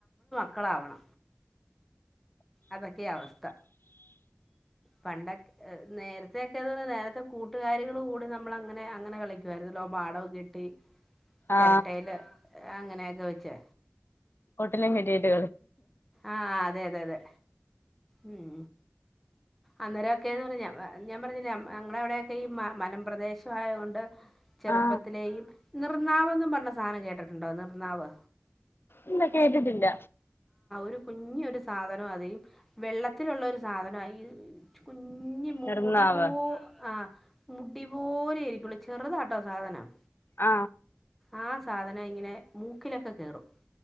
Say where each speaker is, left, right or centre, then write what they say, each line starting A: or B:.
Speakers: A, in the centre; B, on the left.
A: ക്കളാവണം അതൊക്കെയാ അവസ്ഥ പണ്ടൊക് നേരത്തെയൊക്കെ എന്ന് പറഞ്ഞാ നേരത്തെ കൂട്ടുകാരികള് കൂടി നമ്മള് അങ്ങനെ അങ്ങനെ കളിക്കുവായിരുന്നല്ലോ മാഡം കെട്ടി ചെരട്ടയില്
B: ആ
A: അങ്ങനെയൊക്കെ വെച്ച്
B: ഹോട്ടലും കെട്ടിയിട്ട്
A: ആഹ് അതെ അതെ അതെ ഉം അന്നേരൊക്കെന്ന് പറഞ്ഞാ <unintelligible> ഞാൻ പറഞ്ഞില്ലേ ഞങ്ങടെ അവിടെക്കെ ഈ മ മലം പ്രദേശം ആയോണ്ട് ചെറുപ്പത്തിലെയും
B: ആ
A: നിർന്നാവ് എന്നും പറഞ്ഞ സാനം കേട്ടിട്ടുണ്ടോ നിർന്നാവ്
B: ഇല്ല കേട്ടിട്ടില്ല
A: ഒരു കുഞ്ഞ് ഒരു സാധനാതെ വെള്ളത്തിലുള്ള ഒരു സാധനാ ഈ <unintelligible> കുഞ്ഞി
B: കിടന്നാവ്
A: മുടി പോ ആ മുടി പോലെ ഇരിക്കുള്ളൂ ചെറുതാട്ടോ സാധനം
B: ആ
A: ആ സാധനം ഇങ്ങനെ മൂക്കിലൊക്കെ കേറും